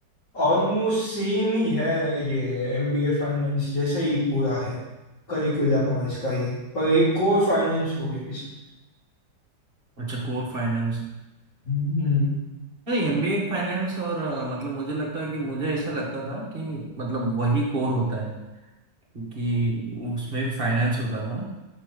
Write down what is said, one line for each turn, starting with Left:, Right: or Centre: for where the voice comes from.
Left: ऑलमोस्ट सेम ही है ये एमबीए फाइनेंस जैसा ही पूरा है करिकुलम और इसका ये पर एक कोर फाइनेंस हो गया इसमें
Right: अच्छा कोर फाइनेंस
Left: हम्म,
Right: नहीं एमबीए फाइनेंस और अ, मतलब मुझे लगता है कि मुझे ऐसा लगता था कि मतलब वही कोर होता है क्योंकि उसमें भी फाइनेंस होता था